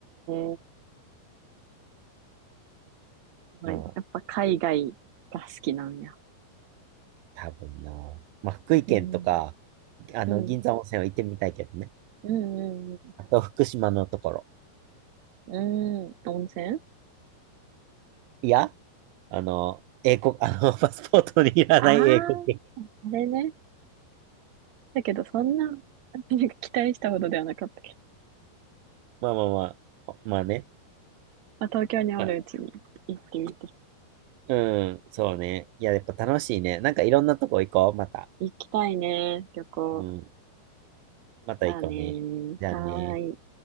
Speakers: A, on the right; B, on the right.
A: ー、ええごい。
B: うもん。まあ、
A: やっぱ海外が好きなんや。
B: 多分な。まあ、福井県とか、
A: うん、
B: あの、
A: うん、
B: 銀山温泉は行ってみたいけどね。
A: うん、うん、
B: あと、福島のところ。
A: うん、うん温泉
B: いや、あの、英国、あの、パスポートにいらない英国。
A: ああー、あれね。だけどそんな、
B: <laughs>
A: <laughs> なんか期待したほどではなかったけど。
B: まあまあまあ、ほまあね。
A: まあ、東京におるうちに行ってみて。
B: まあうん、そうね。いや、やっぱ楽しいね。なんかいろんなとこ行こう、また。
A: 行きたいね、旅行。
B: うん、また行こうね。
A: だね。
B: じゃあね。
A: はーい。